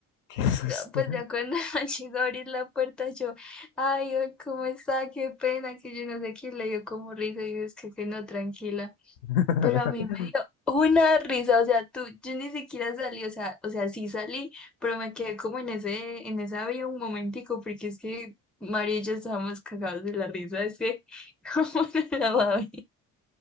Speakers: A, on the left; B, in the centre.
A: qué susto.
B: No, pues ya cuando <laughs> me llegó a abrir la puerta, yo, ay, ay, ¿cómo está? Qué pena, que yo no sé quién le dio como risa. Y yo, es que, que no, tranquila.
A: <laughs>
B: Pero a mí me dio una risa, o sea, tú, yo ni siquiera salí, o sea, o sea, sí salí, pero me quedé como en ese, en esa vía un momentico, porque es que María y yo estábamos cagados de la risa, es que, <laughs> ¿cómo no la va a ver?